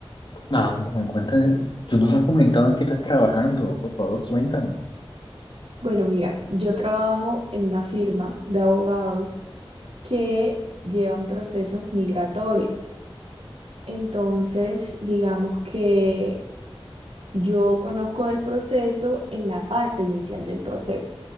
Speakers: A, on the left (about 55°); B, on the right (about 80°).
A: Anda, cuéntame. Tú no me has comentado en qué estás trabajando. Por favor, cuéntame.
B: Bueno, mira, yo trabajo en una firma de abogados que llevan procesos migratorios. Entonces, digamos que Yo conozco del proceso en la parte inicial del proceso,